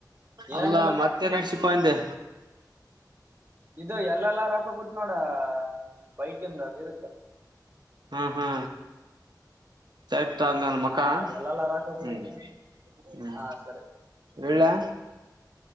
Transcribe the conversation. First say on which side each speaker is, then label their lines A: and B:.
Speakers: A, on the right; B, on the right.
A: ಅಲ್ಲ
B: ಏನಿಲ್ಲ
A: ಮತ್ತೆ ನಡ್ಸಿಪ್ಪಂದೆ
B: ಇದು ಎಲ್ ಎಲ್ ಆರ್ ರಾಕೋಗುತ್ ನೋಡ್ ಬೈಕಿಂದು ಅದು <unintelligible>
A: ಹಾ ಹಾ ಚಾರ್ ತನ್ ನನ್ ಮಕ್ಕಾ
B: ಹಾ ಎಲ್ಲೆಲ್ಲಾರ ಹಾಕ ಕೂತಿದ್ದೆ
A: ಹ್ಮ ಹ್ಮ
B: ಹಾ ಸರಿ
A: ಇಡ್ಲ್ಯಾ